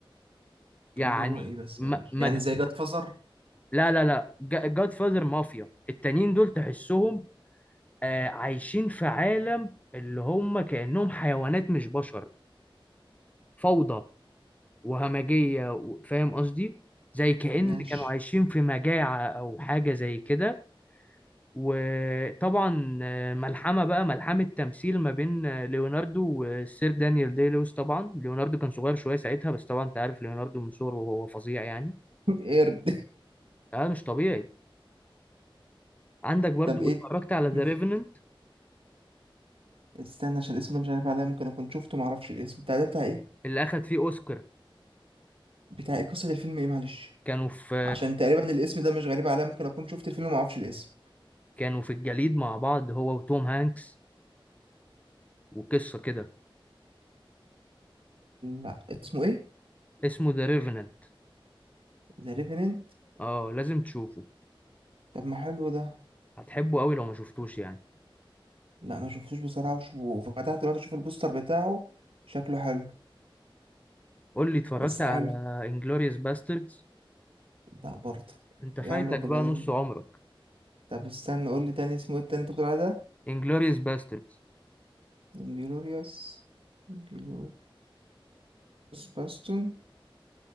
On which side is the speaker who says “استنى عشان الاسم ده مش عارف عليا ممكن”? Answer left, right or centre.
Right